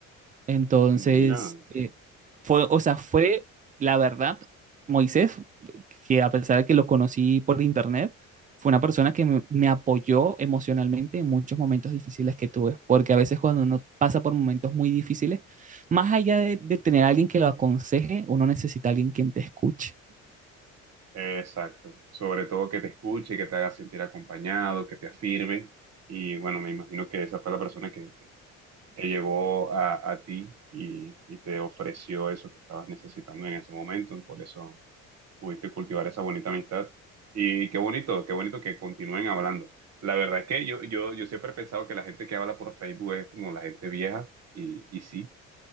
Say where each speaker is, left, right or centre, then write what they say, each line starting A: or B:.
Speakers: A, on the right; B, on the right.
A: Entonces,
B: Ah, mira.
A: eh, fue, o sea, fue la verdad, Moisés, que a pesar de que lo conocí por internet, fue una persona que me, me apoyó emocionalmente en muchos momentos difíciles que tuve, porque a veces cuando uno pasa por momentos muy difíciles, más allá de, de tener a alguien que lo aconseje, uno necesita a alguien quien te escuche.
B: Exacto. Sobre todo que te escuche, que te haga sentir acompañado, que te afirme. Y bueno, me imagino que esa fue la persona que, que, que llegó a, a ti y, y te ofreció eso que estabas necesitando en ese momento. Y por eso pudiste cultivar esa bonita amistad. Y qué bonito, qué bonito que continúen hablando. La verdad es que yo, yo, yo siempre he pensado que la gente que habla por Facebook es como la gente vieja. Y, y sí,